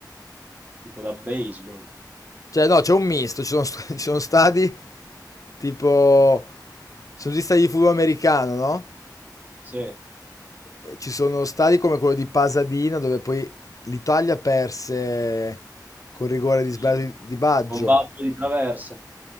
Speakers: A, on the right; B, on the left.
A: tipo da baseball.
B: Cioè, no, c'è un misto, ci sono, st- <laughs> ci sono stadi tipo, sono tutti stadi di football americano, no?
A: Sì,
B: E Ci sono stadi come quello di Pasadena, dove poi l'Italia perse col rigore
A: sì.
B: di sbaglio di Baggio,
A: Combatto di traversa.